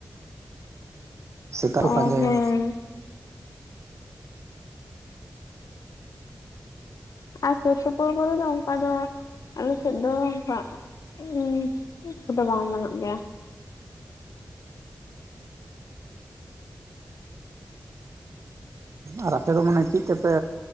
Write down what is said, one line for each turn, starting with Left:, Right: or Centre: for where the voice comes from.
Right: ᱥᱮᱛᱟᱜ ᱠᱚ ᱯᱟᱸᱡᱟᱭᱟ
Left: ᱟ ᱦᱮᱸ᱾ ᱟᱨ ᱥᱩᱨ ᱥᱩᱯᱩᱨ ᱠᱚᱨᱮ ᱫᱚ ᱚᱱᱠᱟ ᱫᱚ ᱟᱞᱮ ᱥᱮᱫ ᱫᱚ ᱚᱝᱠᱟ ᱩᱸ ᱠᱚᱫᱚ ᱵᱟᱝ ᱚᱢᱚᱱᱚᱜ ᱜᱮᱭᱟ᱾
Right: ᱟᱨ ᱟᱯᱮ ᱫᱚ ᱢᱟᱱᱮ ᱪᱮᱫ ᱛᱮᱯᱮ